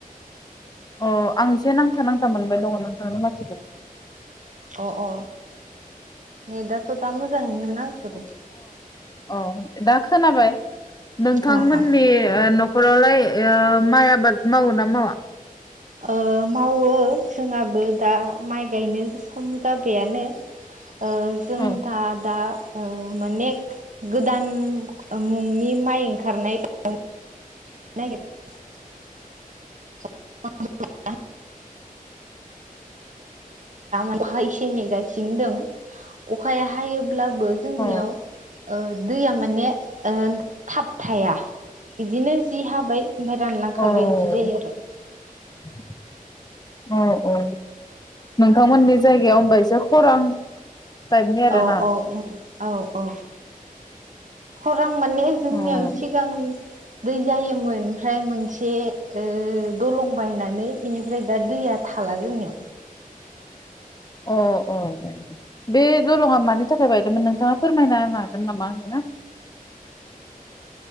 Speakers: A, on the left; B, on the right.
A: अ आं एसे नांथा नांथा मोनबाय दङ नोंथांनि माथोखौ
B: अ अ नेदाथ दा मोजांङैनो नांथदों
A: अ दा खोनाबाय नोंथांमोननि
B: अ अ
A: ओ नख खरावलाय ओ माइ आबाद मावो ना मावा
B: ओ मावो जोंहाबो दा माइ गायनो सम जाबायानो ओ जों
A: औ
B: दा दा ओ माने गोदान मुंनि माइ ओंखारनाय नागिर <unintelligible> अखा एसे नेगासिनो दं अखाया हायो ब्लाबो जोंनियाव
A: औ
B: ओ दैया ओन माने थाब थाया इदिनो जि हाबाय ओमफ्राय रानलांखाबाय
A: औ
B: बिदि जायो आरो
A: <inaudible> औ औ नोंथांमोननि जायगायाव हनबा एसे खरां टाइपनि आरोना
B: औ औ उम औ अ खर रां माने जोंनियाव
A: अ
B: सिगां दै जायोमोन ओमफ्राय मोनसे ओ दलं बायनानै बेनिफ्राय दा दैया थाला जोंनियाव
A: अ औ औ बे दलंङा मानि थाखाय बाय दोंमोन नोंथाङा फोरमायना होनो हा गोन नामा आरोना